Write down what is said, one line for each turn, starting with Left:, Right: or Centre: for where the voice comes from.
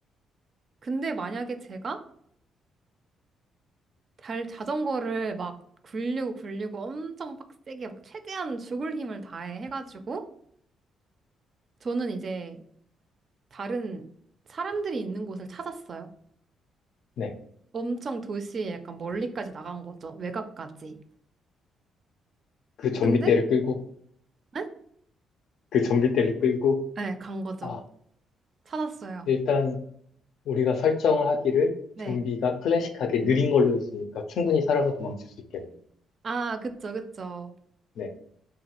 Right: 근데 만약에 제가 달 자전거를 막 굴리고 굴리고 엄청 빡세게 막 최대한 죽을 힘을 다해 해가지고 저는 이제 다른 사람들이 있는 곳을 찾았어요.
Left: 네.
Right: 엄청 도시에 약간 멀리까지 나간 거죠. 외곽까지.
Left: 그 좀비
Right: 근데
Left: 떼를 끌고
Right: 네?
Left: 그 좀비 떼를 끌고,
Right: 네, 간 거죠.
Left: 아,
Right: 찾았어요.
Left: 일단 우리가 설정을 하기를
Right: 네.
Left: 좀비가 클래식하게 느린 걸로 했으니까 충분히 살아서 도망칠 수 있겠네.
Right: 아, 그쵸, 그쵸.
Left: 네.